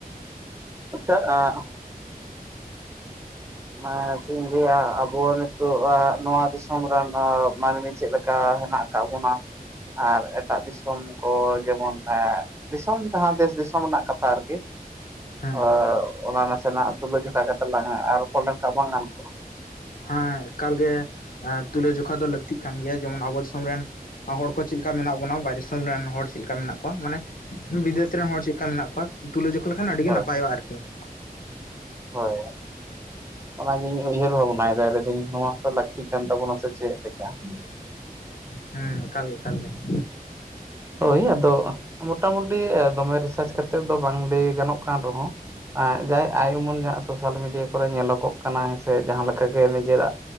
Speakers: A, on the right (about 15°); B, on the left (about 60°).
A: <inaudible> ᱟᱪᱪᱷᱟ ᱮᱸᱜ ᱚᱱᱟ ᱪᱮᱫ ᱤᱧ ᱞᱟᱹᱭᱟ ᱟᱵᱚ ᱱᱤᱛᱚᱜ ᱱᱚᱣᱟ ᱫᱤᱥᱚᱢ ᱨᱮᱱ ᱦᱚᱸ ᱢᱟᱹᱱᱢᱤ ᱪᱮᱫ ᱞᱮᱠᱟ ᱦᱮᱱᱟᱜ ᱠᱟᱜ ᱵᱚᱱᱟ ᱟᱨ ᱮᱴᱟᱜ ᱫᱤᱥᱚᱢ ᱠᱚ ᱡᱮᱢᱚᱱ ᱫᱤᱥᱚᱢ ᱡᱟᱦᱟᱸ ᱫᱮᱥ ᱫᱤᱥᱚᱢ ᱨᱮᱱᱟᱜ ᱠᱟᱛᱷᱟ ᱟᱨᱠᱤ
B: ᱦᱮᱸ
A: <inaudible>
B: ᱦᱮᱸ
A: ᱚᱱᱟ ᱱᱟᱥᱮᱱᱟᱜ ᱛᱩᱞᱟᱹᱡᱚᱠᱷᱟ ᱠᱟᱛᱮ ᱞᱟᱝ ᱟᱨ ᱨᱚᱯᱚᱲ ᱞᱮᱱᱠᱷᱟᱱ ᱵᱟᱝ ᱜᱟᱱ ᱠᱚᱜ-ᱟ?
B: ᱦᱮᱸ ᱮᱠᱟᱞ ᱜᱮ ᱛᱩᱞᱟᱹᱡᱚᱠᱷᱟ ᱫᱚ ᱞᱟᱹᱠᱛᱤᱜ ᱠᱟᱱ ᱜᱮᱭᱟ ᱡᱮᱢᱚᱱ ᱟᱵᱚ ᱫᱤᱥᱚᱢ ᱨᱮᱱ ᱦᱚᱲ ᱠᱚ ᱪᱮᱫ ᱞᱮᱠᱟ ᱢᱮᱱᱟᱜ ᱵᱚᱱᱟ ᱵᱟᱦᱨᱮ ᱫᱤᱥᱚᱢ ᱨᱮᱱ ᱦᱚᱲ ᱪᱮᱫ ᱞᱮᱠᱟ ᱢᱮᱱᱟᱜ ᱠᱚᱣᱟ ᱢᱟᱱᱮ, ᱵᱤᱫᱮᱥ ᱨᱮᱱ ᱦᱚᱲ ᱪᱮᱫ ᱞᱮᱠᱟ ᱢᱮᱱᱟᱜ ᱠᱚᱣᱟ ᱛᱩᱞᱟᱹᱡᱚᱠᱷᱟ ᱞᱮᱠᱷᱟᱱ ᱟᱹᱰᱤ
A: ᱦᱳᱭ
B: ᱜᱮ ᱱᱟᱯᱟᱭᱚᱜ-ᱟ ᱟᱨᱠᱤ ᱾
A: <inaudible> ᱦᱳᱭ᱾ ᱚᱱᱟᱜᱤᱧ ᱩᱭᱦᱟᱹᱨ ᱵᱷᱟᱵᱽᱱᱟᱭ ᱫᱟ ᱞᱟ. ᱭᱫᱟ. ᱧ ᱱᱚᱣᱟ ᱦᱚᱸᱛᱚ ᱞᱟᱹᱠᱛᱤ ᱠᱟᱱ ᱛᱟᱵᱚᱱᱟ ᱥᱮ ᱪᱮᱫ ᱞᱮᱠᱟ ᱾
B: ᱦᱮᱸ ᱮᱠᱟᱞ ᱜᱮ ᱮᱠᱟᱞ ᱜᱮ ᱾
A: ᱦᱳᱭ ᱟᱫᱚ ᱢᱚᱴᱟᱢᱩᱴᱤ ᱫᱚᱢᱮ ᱨᱤᱥᱟᱨᱪ ᱠᱟᱛᱮ ᱫᱚ ᱵᱟᱝ ᱞᱟᱹᱭ ᱜᱟᱱᱚᱜ ᱠᱟᱱ ᱨᱮᱦᱚᱸ ᱟᱸᱻ ᱡᱟᱭ ᱟᱭ ᱩᱢᱟᱹᱱ ᱡᱟ ᱥᱳᱥᱟᱞ ᱢᱤᱰᱤᱭᱟ ᱠᱚᱨᱮ ᱧᱮᱞᱚᱜᱚᱜ ᱠᱟᱱᱟ ᱦᱮᱸᱥᱮ ᱡᱟᱸᱦᱟ ᱞᱮᱠᱟ ᱜᱮ ᱱᱤᱡᱮᱨᱟᱜ